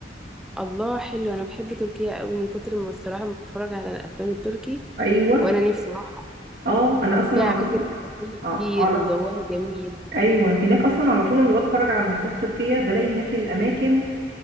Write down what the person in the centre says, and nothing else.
الله حلو انا بحب تركيا قوي من كتر ما الصراحة بتفرج على الافلام التركي
وانا نفسي اروح
فيها
اماكن
سياحية
كتير
وجوها جميل